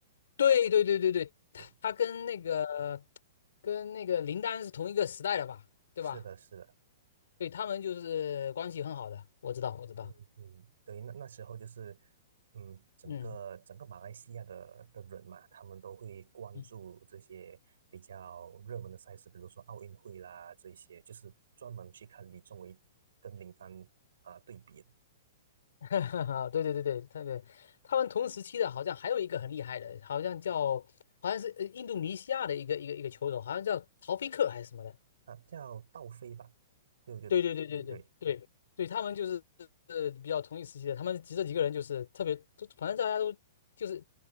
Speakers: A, on the left (about 85°); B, on the right (about 85°).
A: 对对对对对，
B: 嗯，
A: 他跟那个跟那个林丹是同一个时代的吧？对吧？
B: 是的，是的。
A: 对，他们就是关系很好的，我知道，我知道，
B: 嗯嗯，对，那那时候就是，嗯，整个整个马来西亚的的人嘛，
A: 嗯
B: 他们都会关注这些比较热门的赛事，
A: 嗯，
B: 比如说奥运会啦，这一些就是专门去看李宗伟跟林丹啊、对比的。
A: <laughs> 对对对对，特别，他们同时期的好像还有一个很厉害的，好像叫，好像是呃印度尼西亚的一个一个一个球手，好像叫陶菲克还是什么的，
B: 啊，叫道飞吧，对，我觉得对对，
A: 对对对对对对对，他们就是呃比较同一时期的，他们几这几个人就是特别，都反正大家都就是